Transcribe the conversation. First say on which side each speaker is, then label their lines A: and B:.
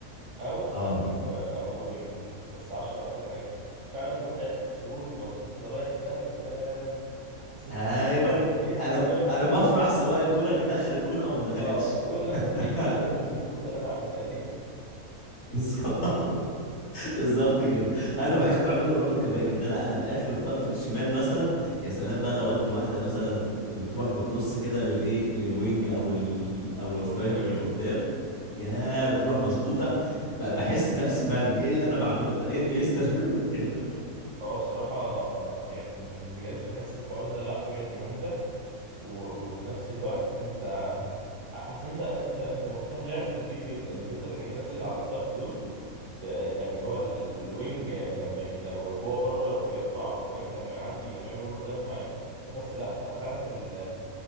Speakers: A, on the right; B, on the left.
A: او
B: اه
A: او او او وينج بس 10 اكتر حاجه فعلا متعه السرول مظبوط اللي رايح ده يا سلام تحس ان
B: ايوه
A: هو آه، ايه الحلويات
B: انا ب... انا
A: ايه الب...
B: بفرح سواء الكرة دخل الجون او ما دخلتش
A: اه تقول لنفسك
B: <laughs>
A: ايه الحلويات والبسبوسه اللي انا عملتها دي
B: بالظبط بالظبط كده انا بحب اعملها برضو كباك ان انا انا في اخر الطرف الشمال مثلا يا سلام بقى لو ادي واحده مثلا بتروح بكروس كده للايه للوينج او ال... او الاسترايكر
A: <laughs> هو المهاجم
B: اللي قدام يا تروح مظبوطه ب- بحس نفسي ملك ايه اللي انا بعمله ده ايه انيستا <laughs> ده
A: هو بصراحة آه، يعني بجد بحس الحوار ده لا بجد ممتع و... وفي نفس الوقت انت اصل انت انت انت مفتاح لعب كبير جدا بالذات الحاجه الناس اللي على الطرف دول ب- يعني اللي هو ال- ال- الوينج لما ي... لو هو بره لو بيرفع او الباك لما يعدي لما يعمل اوفرلاب معاه بحس لا فعلا ال